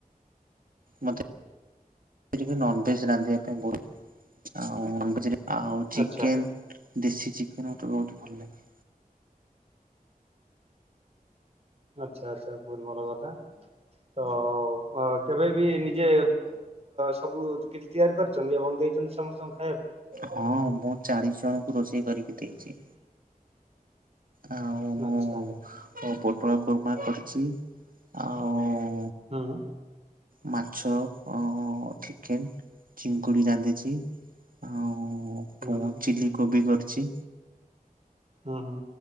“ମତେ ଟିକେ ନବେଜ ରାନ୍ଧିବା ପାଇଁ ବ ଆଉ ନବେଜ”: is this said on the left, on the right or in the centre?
Right